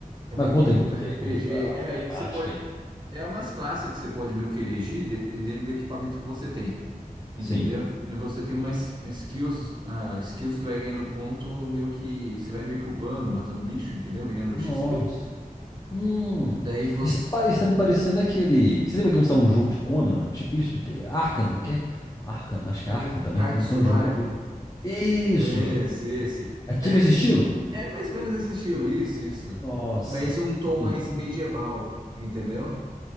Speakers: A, on the right; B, on the left.
A: É meio
B: Mas conta
A: que um
B: aí como
A: RPG.
B: é que é, como é a
A: É,
B: temática
A: que você pode.
B: aí.
A: É umas classes que você pode meio que elegir dependendo do equipamento que você tem. Entendeu?
B: Sim.
A: E você tem umas skills, ah, skills que vai ganhando ponto, meio que você vai meio que upando, matando bicho, entendeu? Ganhando
B: Nossa.
A: XP.
B: Hum,
A: Daí você.
B: isso tá, pa- isso tá me parecendo aquele. Você lembra que não estava um jogo de Conan? Tipo isso, tem Arkham, não quer? é? Arkham, acho que
A: é,
B: é Arkham também
A: Ark
B: tem,
A: Survival.
B: tem um jogo de jeito. Isso!
A: é, Esse, esse.
B: É
A: É,
B: tipo esse estilo?
A: é mais ou menos esse estilo, isso, isso.
B: Nossa,
A: Mas um tom mais
B: sim,
A: medieval, entendeu?